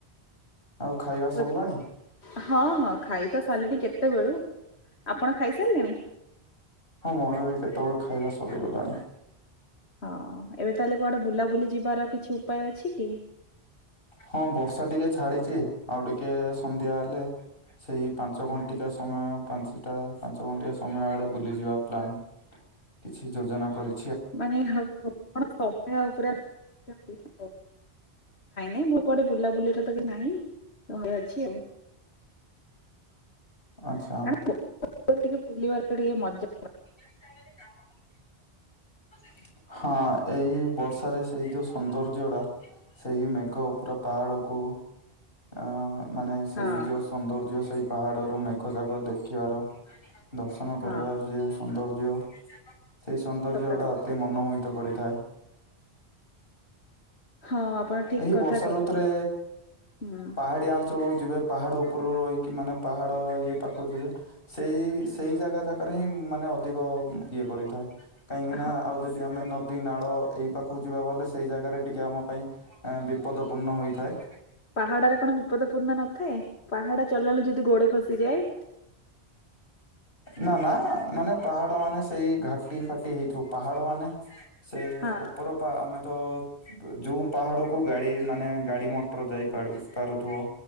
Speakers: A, on the left; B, on the left.
A: ଆଉ ଖାଇବା
B: ଆଉ
A: ସରିଲାଣି
B: ହଁ ହଁ ଖାଇ ତ ସାରିଲିଣି କେତେବେଳୁ, ଆପଣ ଖାଇସାରିଲେଣି?
A: ହଁ ମୋର ବି କେତେବେଳ ଖାଇବା ସରିଗଲାଣି।
B: ହଁ, ଏବେ ତାହେଲେ କୁଆଡେ ବୁଲାବୁଲି ଯିବାର କିଛି ଉପାୟ ଅଛି କି?
A: ହଁ ବର୍ଷା ଟିକେ ଛାଡ଼ିଛି ଆଉ ଟିକେ ସନ୍ଧ୍ୟା ହେଲେ ସେଇ ପାଞ୍ଚ ଘଣ୍ଟିକା ସମୟ ପାଞ୍ଚଟା ପାଞ୍ଚ ଘଣ୍ଟିଆ ସମୟ ଆଡ଼େ ବୁଲିଯିବା ପ୍ଲାନ୍ କିଛି ଯୋଜନା କରି
B: ମାନେ ହଉ କଣ ସମୟ ପୁରା ନାଇଁ ନାଇଁ ମୁଁ କୁଆଡେ ବୁଲାବୁଲିରେ ତ କି ନାଇଁ ଘରେ ଅଛି ଆଉ। <unintelligible>
A: ଆଚ୍ଛା
B: ଟିକେ ବୁଲିବାର ଟିକେ ମଜା।
A: <inaudible> ହଁ, ଏଇ ବର୍ଷାରେ ସେଇ ଯୋଉ ସୌନ୍ଦର୍ଯ୍ୟଟା ସେହି ମେଘ ପୁରା ପାହାଡ଼କୁ ଆଁ ମାନେ ସେଇ
B: ହଁ
A: ଯେଉଁ ସୌନ୍ଦର୍ଯ୍ୟ ସେଇ ପାହାଡ଼ରୁ ମେଘଯାକ ଦେଖିବାର ଦର୍ଶନ କରିବାର
B: ହଁ
A: ଯେଉଁ ସୌନ୍ଦର୍ଯ୍ୟ ସେଇ ସୌନ୍ଦର୍ଯ୍ୟଟା
B: ସତ
A: ଅତି ମନମୋହିତ କରିଥାଏ।
B: ହଁ ଆପଣ ଠିକ
A: ଏହି
B: କଥା
A: ବର୍ଷା
B: କହିଲେ
A: ଋତୁରେ
B: ହୁଁ
A: ପାହାଡିଆ ଅଞ୍ଚଳକୁ ଯିବେ ପାହାଡ଼ ଉପରୁ ରହିକି ମାନେ ପାହାଡ଼ ଇଏ ପାଖକୁ ଯିବେ ସେଇ ସେଇ ଜାଗା ଜାକାରେ ହିଁ ମାନେ ଅଧିକ ଇଏ କରିଥାଏ। କାହିଁକିନା
B: ହଁ
A: ଆଉ ଯଦି
B: ଏଇ ଜାଗା
A: ଆମେ
B: ତ
A: ନଦୀ ନାଳ ଏହି ପାଖକୁ ଯିବା ଗଲେ ସେଇ ଜାଗାରେ ଟିକେ ଆମ ପାଇଁ ଆ ବିପଦ ପୂର୍ଣ୍ଣ ହୋଇଥାଏ।
B: ପାହାଡରେ କଣ ବିପଦ ପୂର୍ଣ୍ଣ ନଥାଏ ପାହାଡା ଚଢିଲା ବେଳକୁ ଯଦି ଗୋଡ ଖସିଯାଏ।
A: ନା ନା ମାନେ ପାହାଡ ମାନେ ସେଇ ଘାଟି ଫାଟି ହେଇଥିବ ପାହାଡ ମାନେ ସେ
B: ହଁ
A: ଉପରୁ ପା ଆମେ ତ ଯୋଉ ପାହାଡକୁ ଗାଡି ମାନେ ଗାଡି ମଟର ଯାଇ ପାରୁ ପାରୁଥିବ।